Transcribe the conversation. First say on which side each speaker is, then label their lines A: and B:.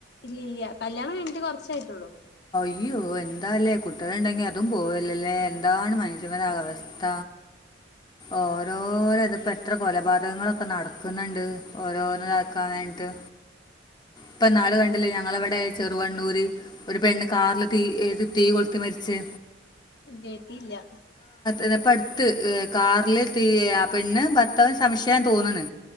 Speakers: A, on the left; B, on the left.
A: ഇല്ല ഇല്ല്യ. കല്യാണം കഴിഞ്ഞിട്ട് കുറച്ചായിട്ടുള്ളൂ.
B: അയ്യോ എന്താല്ലേ കുട്ടികള് ഉണ്ടെങ്കി അതും പോവല്ലല്ലേ. ന്താണ്
A: ഉം
B: മനുഷ്യന്മാരുടെ അവസ്ഥ. ഓരോര് ഇതിപ്പോ എത്ര കൊലപാതകങ്ങളൊക്കെ നടക്കുന്നുണ്ട് ഓരോന്ന് ഇതാക്കാൻ വേണ്ടിട്ട്. ഇപ്പോ ഇന്നാള് കണ്ടില്ലേ ഞങ്ങളവിടെ ചെറുവണ്ണൂര് ഒരു പെണ്ണ് കാറില് തീ ഏ തീ കൊളുത്തി മരിച്ച്.
A: കേട്ടിയില്ല.
B: ഇതാപ്പോടുത്ത് എടുത്ത് കാറില് തീ ആ പെണ്ണ് ഭർത്താവിനു സംശയതോന്നണ്.